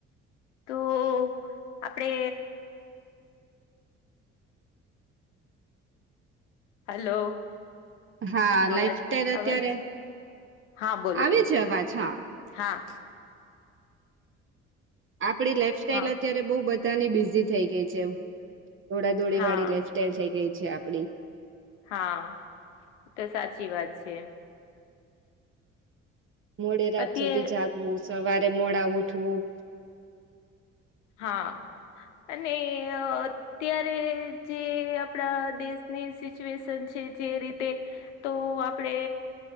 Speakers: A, on the left; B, on the right.
A: તો આપડે હલો.
B: હા
A: અવાજ-અવાજ,
B: લાઈફ સ્ટાઈલ અત્યારે
A: હા બોલો-બોલો.
B: આવે છે અવાજ હા
A: હા.
B: આપડી લાઈફસ્ટાઈલ
A: હા
B: અત્યારે બહું બધાની બિઝી થઈ ગઈ છે એવ. દોડા દોડી
A: હા
B: વાળી લાઈફસ્ટાઈલ થઈ ગઈ છે આપડી.
A: હા, તો સાચી વાત છે.
B: મોડે રાત
A: અત્યારે
B: સુધી જાગવું, સવારે મોડા ઉઠવું
A: હા અને ત્યારે જે આપણા દેશની સિચ્યુએશન છે જે રીતે તો આપડે